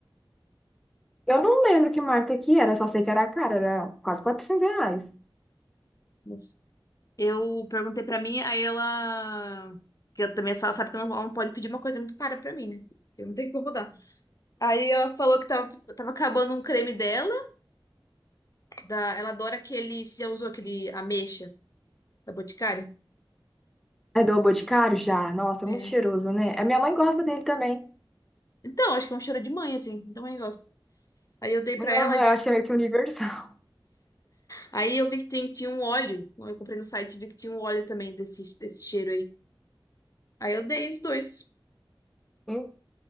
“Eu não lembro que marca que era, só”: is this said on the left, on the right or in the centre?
Centre